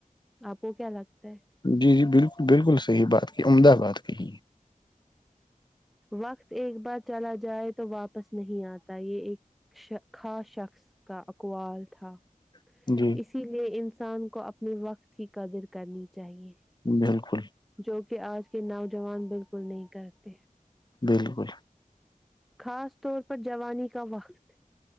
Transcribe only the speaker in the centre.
آپ کو کیا لگتا ہے
وقت ایک بار چلا جائے تو واپس نہیں آتا یہ ایک خا شخص کا اقوال تھا
اسی لیے ان سے انسان کو اپنے وقت کی قدر کرنی چاہے
جو کہ کہ آج کے نوجوان بالکل نہیں کرتے ت
خاص طور پر جوانی کا وقت